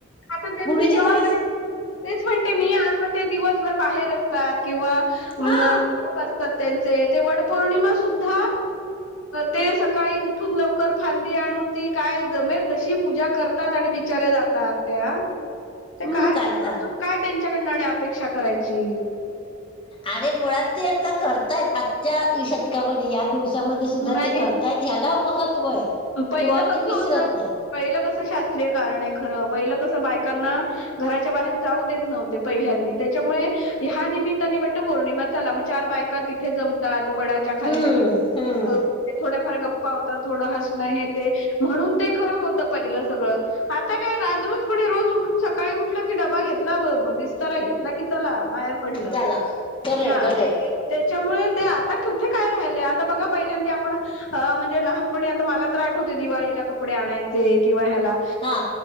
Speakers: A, on the left (about 85°); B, on the left (about 25°).
A: आता त्यांचे
B: पूर्वीच्या
A: जॉब
B: काळी
A: आहेत. तेच म्हणते मी आता ते दिवसभर बाहेर असतात. किंवा, अ
B: हा
A: जॉब असतात. त्यांचे ते वड पौर्णिमा सुद्धा. ते सकाळी उठून लवकर फांदी आणून ती काय जमेल तशी पूजा करतात. आणि बी बिचारे जातात. त्या ते
B: मग
A: काय
B: तर
A: अजून काय त्यांच्याकडं आणि अपेक्षा करायची.
B: अरे मुळात ते आता करतायेत. आजच्या शतकामध्ये या दिवसा हेच्यामध्ये सुधा
A: नाही
B: ते करतायेत. ह्याला महत्व आहे
A: पहिलं
B: किंवा
A: कसं
B: ते विसरत
A: होतं
B: नाही.
A: पहिलं कसं शास्त्रीय कारण आहे. खरं पहिलं कसं बायकांना. घराच्या बाहेर जाऊ देत नव्हते. पहिल्यांदी तेच्यामुळे. ह्या निमित्ताने वाट पौर्णिमा ला मग चार बायका तिथे जमतात वडाच्या
B: हम्म
A: खाली.
B: हम्म
A: ते थोड्याफार गप्पा होतात थोडं हसणं हे ते. म्हणून ते खरं होतं पहिलं सगळं. आता काय राज रोजपणे रोज उठून सकाळी उठलं की, डबा घेतला व मग विस्तारा घेतला की चला बाहेर. पडलं
B: त्याला खरंय
A: हा.
B: खरंय
A: त्याच्यामुळे ते आता कुठे काय राहिलंय आता बघा पहिल्यांदा आपण अ म्हणजे लहानपता मला तर आठवते दिवाळीला कपडे आणायचे किंवा ह्याला
B: हा